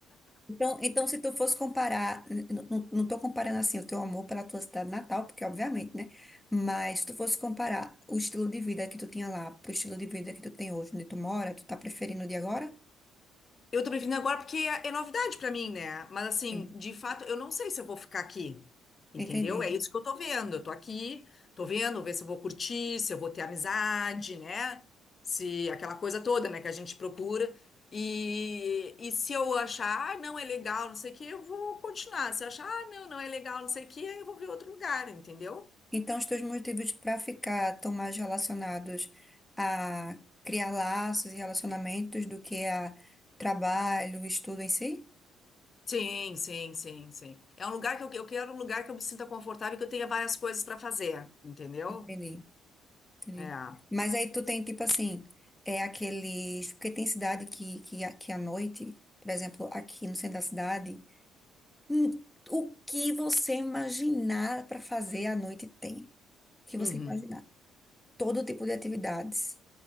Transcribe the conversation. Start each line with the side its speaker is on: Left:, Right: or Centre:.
Centre: Então, então, se tu fosse comparar, n- n- não, não tô comparando assim o teu amor pela tua cidade natal, porque obviamente, né? Mas se tu fosse comparar o estilo de vida que tu tinha lá pro estilo de vida que tu tem hoje, onde tu mora, tu tá preferindo o de agora?
Left: Eu tô me vindo agora porque é, é novidade pra mim, né? Mas assim,
Centre: Sim.
Left: de fato, eu não sei se eu vou ficar aqui. Entendeu?
Centre: Entendi.
Left: É isso que eu tô vendo. Eu tô aqui, tô vendo, ver se eu vou curtir, se eu vou ter amizade, né? Se aquela coisa toda, né, que a gente procura. E, e se eu achar, ah, não é legal, não sei o que, eu vou continuar. Se eu achar, ah, não, não é legal, não sei o que, aí eu vou ver outro lugar, entendeu?
Centre: Então, os teus motivos para ficar tão mais relacionados a criar laços e relacionamentos do que a trabalho, estudo em si?
Left: Sim, sim, sim, sim. É um lugar que eu, eu quero um lugar que eu me sinta confortável e que eu tenha várias coisas pra fazer, entendeu?
Centre: Entendi, entendi.
Left: É.
Centre: Mas aí tu tem, tipo assim, é aqueles... Porque tem cidade que, que, que à noite, por exemplo, aqui no centro da cidade, hum, o que você imaginar para fazer à noite tem. O que você
Left: Uhum.
Centre: imaginar. Todo tipo de atividades.